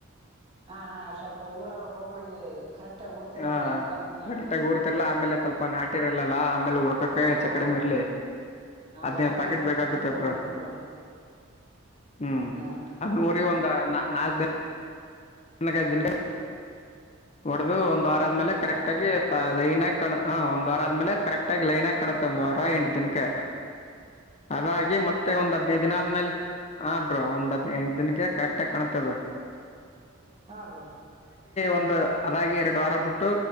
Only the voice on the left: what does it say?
ಹಾ
ಕರೆಕ್ಟಾಗಿ
ಊರ್ತಿರ್ಲಾ ಆಮೇಲೆ ಸ್ವಲ್ಪ ನಾಟಿರಲ್ಲಲ್ಲಾ ಆಮೇಲೆ ಉರಕಕಾಯಿ
ಚ
ಕಡಿಮ ಇರ್ಲಿ
ಹದ್ಿನೇ
ಪ್ಯಾಕೆಟ್
ಬೇಕಕುತ್ತಬ್ರ
ಹ್ಮ್
ಅರಿ ಒಂದ ನಾ ನಾಲ್ಕ ದಿನ ನ ಕಾಯಿದ್ದಿನ ಹೊಡದು ಒಂದ ವಾರ
ಆದ್ಮೇಲೆ
ಕರೆಕ್ಟ್
ಆಗಿ ಲೈನ್ ಆಗಿ ಹ ಒಂದ್ ವಾರ ಆದ್ಮೇಲೆ ಕರೆಕ್ಟ್ ಆಗಿ ಲೈನ್ ಆ ಕಣತ ಒಂದ್
ವಾರ
ಎಂಟು
ದಿನಕ್ಕೆ ಅದಾಗಿ
ಮತ್ತೆ
ಒಂದ್
ಹದ್ನೈದು ದಿನ ಆದ್ಮೇಲೆ ಹ ಬ್ರೋ ಒಂದ್ ಹದ್ ಎಂಟ ದಿನಕ್ಕೆ ಕರೆಕ್ಟ್ ಆಗ ಕಾಣತದ
ಒಂದು ಅದಾಗಿ ಎರಡು ವಾರ ಬಿಟ್ಟು